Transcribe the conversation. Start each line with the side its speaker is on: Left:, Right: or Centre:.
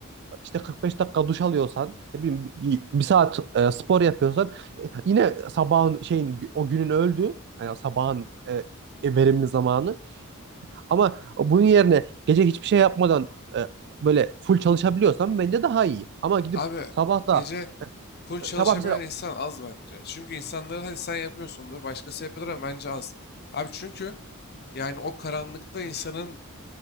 Right: işte 45 dakika duş alıyorsan, ne bileyim bir bir saat e, spor yapıyorsan e, yine sabahın şeyin o günün öldü. Yani sabahın e, e, verimli zamanı. Ama bunun yerine gece hiçbir şey yapmadan e, böyle full çalışabiliyorsan bence daha iyi. Ama gidip
Left: Abi
Right: sabah da
Left: gece full çalışabilen
Right: e, sabah mesela
Left: insan az bence. Çünkü insanları hadi sen yapıyorsundur, başkası yapıyordur ama bence az. Abi çünkü yani o karanlıkta insanın